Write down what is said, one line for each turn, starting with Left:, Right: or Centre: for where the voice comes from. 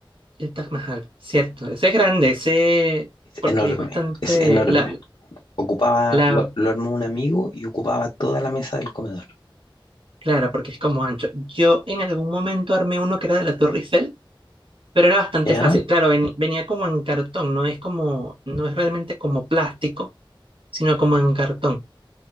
Right: El Taj Mahal, cierto. Ese es grande, ese,
Left: Es
Right: porque
Left: enorme,
Right: es bastante,
Left: es enorme.
Right: la,
Left: Ocupaba,
Right: la,
Left: lo, lo armó un amigo y ocupaba toda la mesa del comedor.
Right: claro, porque es como ancho. Yo en algún momento armé uno que era de la Torre Eiffel Pero era bastante
Left: ¿Ya?
Right: fácil. Claro, ven- venía como en cartón, no es como, no es realmente como plástico, sino como en cartón.